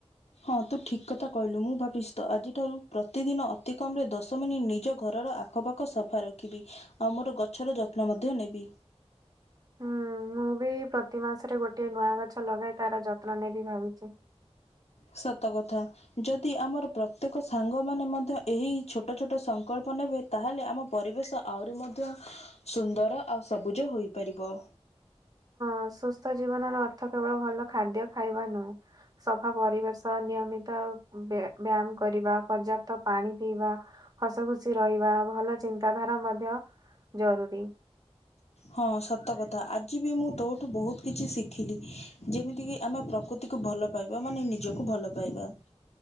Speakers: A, on the left; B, on the right.
A: ହଁ ତୁ ଠିକ୍ କଥା କହିଲୁ ମୁଁ ଭାବିଚି ତ ଆଜିଠାରୁ ପ୍ରତିଦିନ ଅତିକମ ରେ ଦଶ ମିନିଟ୍ ନିଜ ଘରର ଆ ଆଖପାଖ ସଫା ରଖିବି ଆଉ ମୋର ଗଛର ଯତ୍ନ ମଧ୍ୟ ନେବି।
B: ହୁଁ ମୁଁ ବି ପ୍ରତି ମାସରେ ଗୋଟିଏ ନୂଆ ଗଛ ଲଗାଏ ତାର ଯତ୍ନ ନେବି ଭାବିଛି।
A: ସତ କଥା। ଯଦି ଆମର ପ୍ରତ୍ୟେକ ସାଙ୍ଗମାନେ ମଧ୍ୟ ଏହି ଛୋଟ ଛୋଟ ସଂକଳ୍ପ ନେବେ। ତାହେଲେ ଆମ ପରିବେଶ ଆହୁରି ମଧ୍ୟ ସୁନ୍ଦର ଆଉ ସବୁଜ ହୋଇପାରିବ।
B: ଅ ସୁସ୍ଥ ଜୀବନର ଅର୍ଥ କେବଳ ଭଲ ଖାଦ୍ୟ ଖାଇବା ନୁହେଁ। ସଫା ପରିବେଶ ନିୟମିତ ବ୍ୟ-ବ୍ୟାୟାମ କରିବା ପର୍ଯ୍ୟାପ୍ତ ପାଣି ପିଇବା। ହସ ଖୁସି ରହିବା ଭଲ ଚିନ୍ତାଧାରା ମଧ୍ୟ ଜରୁରୀ।
A: ହଁ ସତକଥା ଆଜି ବି ମୁଁ ତୋଠୁ ବହୁତ କିଛି ଶିଖିଲି ଯେମିତିକି ଆମେ ପ୍ରକୃ ତିକୁ ଭଲ ପାଇବା ମାନେ ନିଜକୁ ଭଲ ପାଇବା।